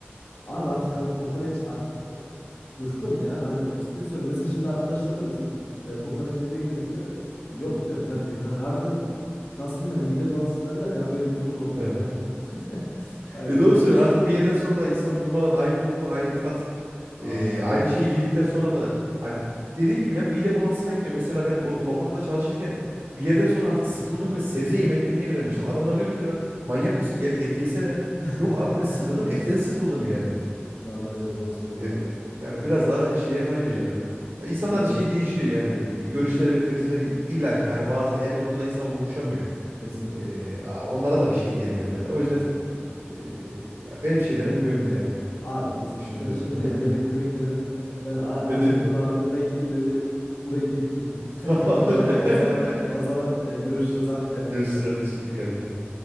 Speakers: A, on the left (about 70°); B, on the right (about 85°).
A: Abi artık hani kokoreç artık Bıktım ya. Hani ciddi söylüyorum. Mesela şimdi arkadaşlar diyor mesela e, kokoreç yemeye gidelim diyor. E, Yok diyorum ya direkt. Hani harbiden nasıl diyeyim hani mide bulantısı derler ya böyle bir durum oldu bende
B: Aha.
A: yani.
B: <laughs>
A: <laughs> O yüzden
B: E doğru söylüyorsun. Artık bir yerden sonra da insan durmadan aynı koku, aynı tat,
A: vallahi
B: e,
A: öyle.
B: aynı şeyi yedikten sonra da hani dediğin gibi ya mide bulantısına gidiyor. Mesela ben o lokantada çalışırken bir yerden sonra artık sıkıldım ve sebze yemeklerine yönelmiştim. Adamlar diyordu ki "Lan manyak mısın gel et yesene.
A: <laughs>
B: Yok abi ben sıkıldım etten sıkıldım yani.
A: Vallahi öyle doğru söylüyorsun
B: E,
A: abi ya.
B: yani biraz daha şeye kayıyor ya. Ya insanların
A: Doğru.
B: şey değişiyor yani e, görüşleri ve tercihleri illaki hani bazı her noktada insan buluşamıyor.
A: Kesinlikle.
B: E, a- onlara da bir şey diyemiyorum yani. O yüzden
A: Kesinlikle.
B: e, ya benim şeylerim bu yönde yani
A: Abi kesinlikle.
B: düşüncelerim.
A: Sen şimdi yemek
B: <laughs>
A: memek dedin. E, Ben a- acıktım
B: Ben de
A: abi. Ben gideyim de bir kuru ekmek yiyeyim.
B: tamamdır.
A: <laughs> Tamam mı abi? O zaman o zaman e, görüşürüz abi.
B: <laughs>
A: Kendine
B: Görüşürüz
A: iyi bak.
B: kardeşim dikkat et kendine.